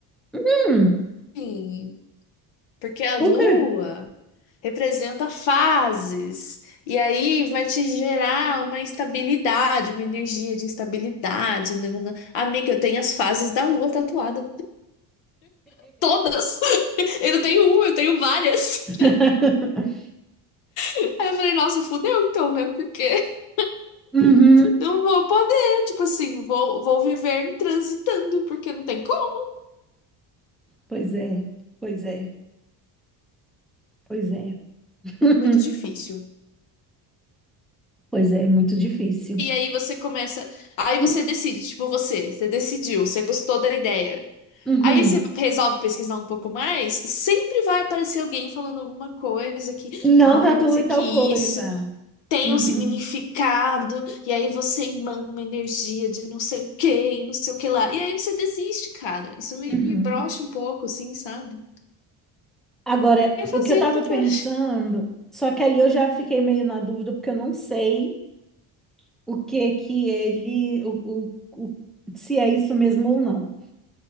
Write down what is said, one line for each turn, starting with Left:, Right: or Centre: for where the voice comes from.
Centre: Hum,
Left: Sim, porque a
Centre: por
Left: lua.
Centre: quê?
Left: representa fases, e aí vai te gerar uma instabilidade, uma energia de instabilidade. nananã. Amiga, eu tenho as fases da lua tatuada. Todas! <laughs> Eu não tenho uma, eu tenho várias.
Centre: <laughs>
Left: Aí eu falei, nossa, fudeu então, né? Porque
Centre: Uhum.
Left: não vou poder, tipo assim, vou, vou viver transitando, porque não tem como.
Centre: Pois é, pois é, pois é. <laughs>
Left: Muito difícil.
Centre: Pois é, muito difícil.
Left: E aí você começa. Aí
Centre: Hum,
Left: você decide, tipo, você, você decidiu, você gostou da ideia.
Centre: uhum.
Left: Aí você resolve pesquisar um pouco mais, sempre vai aparecer alguém falando alguma coisa que,
Centre: Não
Left: ai,
Centre: tatue
Left: mas é que
Centre: tal coisa.
Left: isso tem
Centre: Uhum,
Left: um significado, e aí você manda uma energia de não sei o que, e não sei o que lá. E aí você desiste, cara. Isso me,
Centre: uhum.
Left: me brocha um pouco, assim, sabe?
Centre: Agora,
Left: Quer fazer
Centre: o que eu tava
Left: a tatuagem.
Centre: pensando, só que aí eu já fiquei meio na dúvida, porque eu não sei o que que ele, o, o, o- se é isso mesmo ou não.